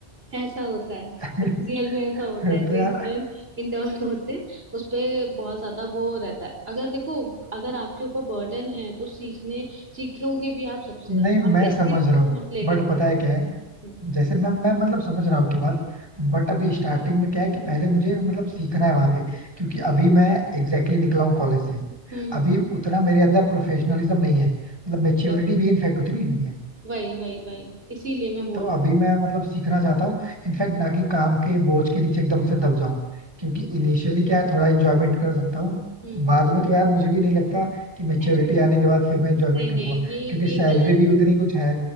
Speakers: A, on the right; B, on the right.
A: ऐसा होता है
B: <laughs>
A: एचसीएल में ऐसा होता
B: फिर
A: है
B: तो
A: जो
B: यार
A: इंटर्न इंटर्न <laughs> होते हैं उस पे बहुत ज्यादा वो रहता है अगर देखो अगर आपके ऊपर बर्डन है तो सीखने सीखोगे भी आप सबसे
B: नहीं
A: ज्यादा
B: मैं
A: आप इस
B: समझ
A: चीज को
B: रहा हूँ
A: तो मत लेके
B: बट
A: चलो
B: पता है क्या है
A: हम्म
B: जैसे मैं मैं मतलब समझ रहा हूँ की बात बट अभी स्टार्टिंग में क्या है कि पहले मुझे मतलब सीखना है वहां पे क्योंकि अभी मैं एग्जैक्टली exactly निकला हूँ कॉलेज से
A: हम्म
B: अभी उतना मेरे अंदर प्रोफेशनलिज्म नहीं है मतलब मेच्योरिटी
A: हम्म,
B: भी इनफेक्ट उतनी नहीं है
A: वही वही वही इसीलिए मैं बोल
B: तो अभी मैं मतलब सीखना चाहता हूँ इनफैक्ट ना कि काम के बोझ के नीचे एकदम से दब जाऊं क्योंकि इनिशियली क्या है थोड़ा एंजॉयमेंट कर सकता हूँ
A: हम्म
B: बाद में तो यार मुझे भी नहीं लगता कि मेच्योरिटी
A: ऐसा
B: आने के बाद फिर
A: नहीं
B: मैं एंजॉयमेंट करूंगा
A: नहीं ये
B: क्योंकि सैलरी
A: ये गलत
B: भी उतनी कुछ है